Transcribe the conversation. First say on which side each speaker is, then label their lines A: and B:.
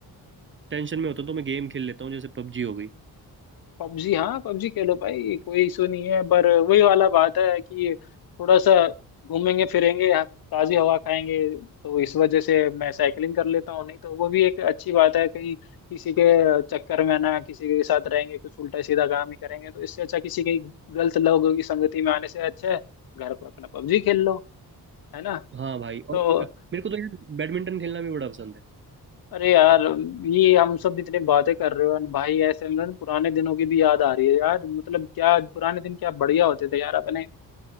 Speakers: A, on the right (about 30°); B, on the left (about 60°).
A: टेंशन में होता हूँ तो मैं गेम खेल लेता हूँ जैसे पबजी हो गई
B: पबजी हाँ पबजी खेलो भाई कोई इशू नहीं है पर वही वाला बात है कि थोड़ा सा घूमेंगे फिरेंगे ताजी हवा खाएंगे तो इस वजह से मैं साइकिलिंग कर लेता हूँ नहीं तो वो भी एक अच्छी बात है कहीं किसी के चक्कर में ना किसी के साथ रहेंगे कुछ उल्टा सीधा काम ही करेंगे तो इससे अच्छा किसी के गलत लोगों की संगति में आने से अच्छा है घर पर अपना पबजी खेल लो है ना
A: हाँ भाई
B: तो
A: और अ, मेरे को तो यार बैडमिंटन खेलना भी बड़ा पसंद है
B: अरे यार ये हम सब इतने बातें कर रहे हो और भाई ऐसे में ना पुराने दिनों की भी याद आ रही है यार मतलब क्या पुराने दिन क्या बढ़िया होते थे यार अपने अ,